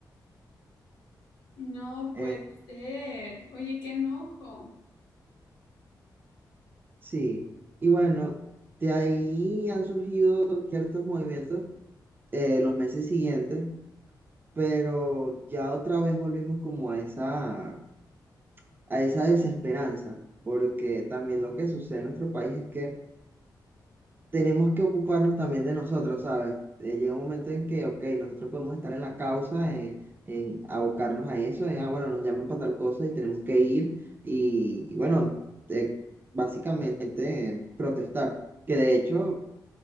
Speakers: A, on the left; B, on the right.
A: No
B: Eh,
A: puede ser. Oye, qué enojo.
B: sí, y bueno, de ahí han surgido ciertos movimientos eh, los meses siguientes, pero ya otra vez volvimos como a esa, a esa desesperanza, porque también lo que sucede en nuestro país es que tenemos que ocuparnos también de nosotros, ¿sabes? Eh, llega un momento en que, ok, nosotros podemos estar en la causa, en, en abocarnos a eso, en, ah, bueno, nos llaman para tal cosa y tenemos que ir y, y bueno, eh, básicamente eh, protestar, que de hecho